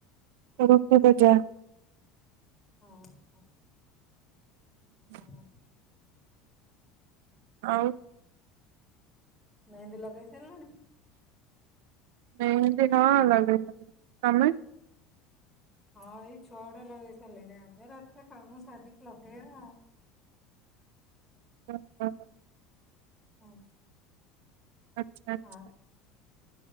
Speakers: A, on the right; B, in the centre.
A: ରୁଟି ଭଜା।
B: ଓହୋ।
A: ହୁଁ।
B: ହଁ
A: ଆଉ।
B: ମେହେନ୍ଦୀ ଲଗେଇ ସାରିଲାଣି।
A: ମେହେନ୍ଦି ନା ଲଗେଇ ସାରିଲିଣି ତମେ।
B: ହଁ ଏଇ ଛୁଆ ଗୁଡା ଲଗେଇ ସାରିଲେଣି ଆମେ ରାତିରେ କାମ ସାରିକି ଲଗେଇବା ଆଉ।
A: ହ ହ।
B: ହଁ।
A: ଆଚ୍ଛା ଆଛା।
B: ଆଉ